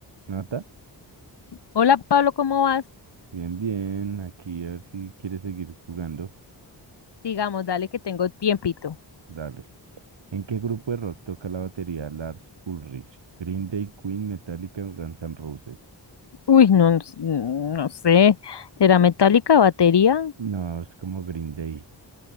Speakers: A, on the right; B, on the left.
A: ¿Nota?
B: Hola Pablo, ¿cómo vas?
A: Bien, bien. Aquí a ver si quieres seguir jugando.
B: Digamos, dale que tengo tiempito.
A: Dale. ¿En qué grupo de rock toca la batería Lars Ulrich? Green Day, Queen, Metallica o Guns N' Roses.
B: Uy, no, s- no sé. ¿Será metálica batería?
A: No, es como Green Day.